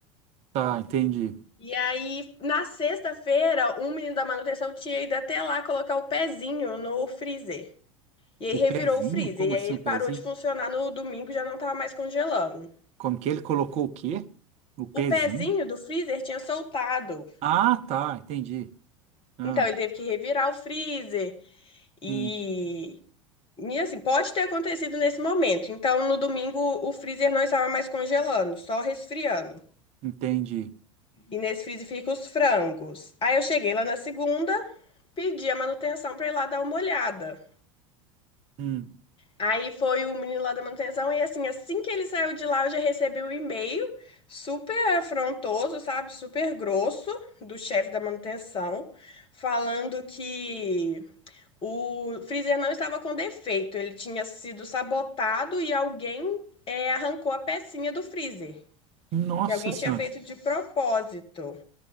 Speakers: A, on the right (about 40°); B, on the left (about 30°).
A: Tá, entendi.
B: E aí, na sexta-feira, um menino da manutenção tinha ido até lá colocar o pezinho no freezer. E aí
A: O
B: revirou
A: pezinho?
B: o freezer.
A: Como
B: E
A: assim
B: aí ele
A: o pezinho?
B: parou de funcionar no domingo, já não estava mais congelando.
A: Como que ele colocou o quê? O pezinho?
B: O pezinho do freezer tinha soltado.
A: Ah, tá, entendi. Ah,
B: Então ele teve que revirar o freezer. E
A: sim,
B: E assim, pode ter acontecido nesse momento. Então, no domingo, o freezer não estava mais congelando, só resfriando.
A: entendi.
B: E nesse freezer fica os frangos. Aí eu cheguei lá na segunda, pedi a manutenção para ir lá dar uma olhada.
A: Hum.
B: Aí foi o menino lá da manutenção e assim, assim que ele saiu de lá, eu já recebi o e-mail super afrontoso, sabe? Super grosso do chefe da manutenção, falando que O freezer não estava com defeito, ele tinha sido sabotado e alguém eh, arrancou a pecinha do freezer,
A: Nossa
B: que alguém
A: Senhora.
B: tinha feito de propósito.